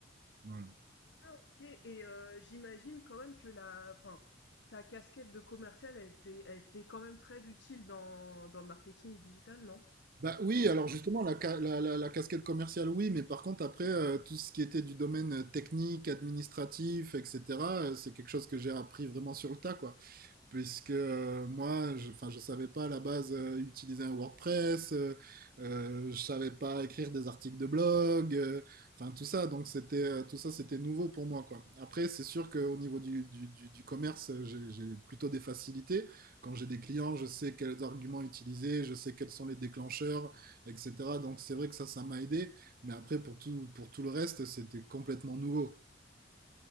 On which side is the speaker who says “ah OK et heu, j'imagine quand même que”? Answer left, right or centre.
Left